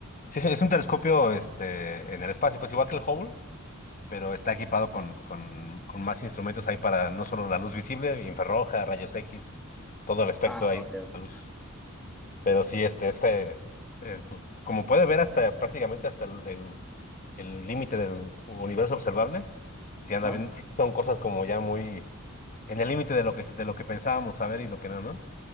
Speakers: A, on the left (about 40°); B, in the centre.
A: Sí, es, un es un telescopio este, en el espacio, pues igual que el Hubble, pero está equipado con, con, con más instrumentos ahí para no solo la luz visible, infrarroja, rayos X, todo el espectro
B: Ah,
A: ahí de
B: ok, ok.
A: la luz. Pero sí, este, este, eh, pu- como puede ver hasta prácticamente hasta el el- el límite del universo observable, sí anda
B: Ajá.
A: bien, sí son cosas como ya muy en el límite de lo que, de lo que pensábamos saber y lo que no, ¿no?